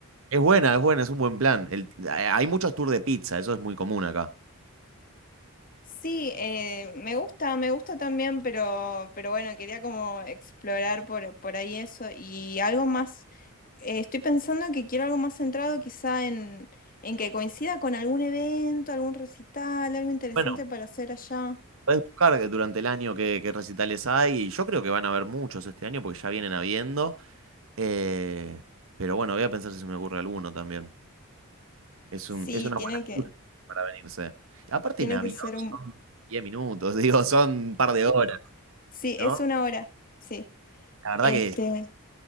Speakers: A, on the right (about 65°); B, on the left (about 40°).
A: Es buena, es buena, es un buen plan. El- hay muchos tours de pizza, eso es muy común acá.
B: Sí, eh, me gusta, me gusta también, pero, pero bueno, quería como explorar por, por ahí eso y algo más, eh, estoy pensando que quiero algo más centrado quizá en, en que coincida con algún evento, algún recital, algo interesante
A: Bueno,
B: para hacer allá.
A: podés buscar que durante el año qué, qué recitales hay y yo creo que van a haber muchos este año porque ya vienen habiendo. eh, pero bueno, voy a pensar si se me ocurre alguno también. Es
B: Sí,
A: un, es una
B: tiene
A: buena excusa
B: que,
A: para venirse. Y aparte,
B: tiene
A: en avión
B: que ser un...
A: son 10 minutos, <laughs> digo, son un par de horas,
B: Sí,
A: ¿no?
B: es una hora, sí.
A: La verdad
B: Este,
A: que es